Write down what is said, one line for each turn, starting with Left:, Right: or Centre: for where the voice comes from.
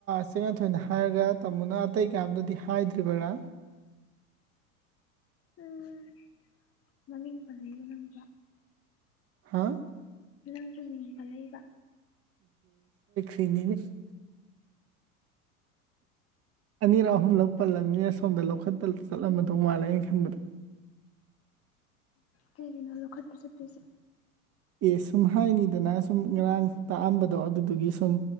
Right: ꯆꯦꯡꯅꯊꯣꯏꯅ ꯍꯥꯏꯔꯒ ꯇꯥꯃꯣꯅ ꯑꯇꯩ ꯀꯌꯥꯝꯗꯗꯤ ꯍꯥꯏꯗ꯭ꯔꯤꯕꯔꯥ
Left: ꯎꯝ ꯃꯃꯤꯡ ꯄꯜꯂꯛꯏꯕ ꯅꯪꯁꯨ
Right: ꯍꯥꯥ
Left: ꯅꯥꯪꯁꯨ ꯃꯤꯡ ꯄꯜꯂꯛ ꯏꯕ
Right: ꯏꯅꯤꯁ ꯑꯅꯤꯔꯛ ꯑꯍꯨꯝꯂꯛ ꯄꯜꯂꯝꯅꯤꯅ ꯁꯣꯝꯗ ꯂꯧꯈꯠꯄ ꯆꯠꯂꯝꯃꯗꯧ ꯃꯥꯜꯂꯦ ꯑꯩꯅ ꯈꯟꯕꯗ
Left: ꯀꯩꯒꯤꯅꯣ ꯂꯧꯈꯠꯄ ꯆꯠꯇꯣꯏꯁꯦ
Right: ꯑꯦ ꯁꯨꯝ ꯍꯥꯏꯅꯤꯗꯅ ꯁꯨꯝ ꯉꯔꯥꯡ ꯇꯥꯛꯑꯝꯕꯗꯣ ꯑꯗꯨꯗꯨꯒꯤ ꯁꯨꯝ